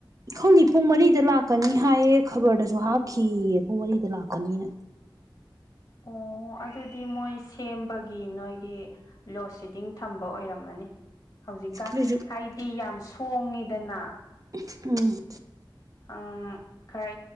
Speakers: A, on the right; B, on the left.
A: ꯈꯪꯉ ꯄꯨꯡ ꯃꯔꯤꯗ ꯂꯥꯛꯀꯅꯤ ꯍꯥꯏꯌꯦ ꯈꯕꯔꯗꯁꯨ ꯍꯥꯞꯈꯤꯌꯦ ꯄꯨꯡ ꯃꯔꯤꯗ ꯂꯥꯛꯀꯅꯤꯅ
B: ꯑꯣ ꯑꯗꯨꯗꯤ ꯃꯣꯏ ꯁꯦꯝꯕꯒꯤ ꯅꯣꯏꯒꯤ ꯂꯣꯁꯤꯗꯤꯡ ꯊꯝꯕ ꯑꯣꯏꯔꯝꯃꯅꯤ ꯍꯧꯖꯤꯛꯀꯥꯟ
A: ꯑꯗꯨꯏꯁꯨ
B: ꯍꯥꯏꯗꯤ ꯌꯥꯝ ꯁꯣꯡꯉꯤꯗꯅ
A: ꯎꯝ
B: ꯎꯝ ꯈꯔ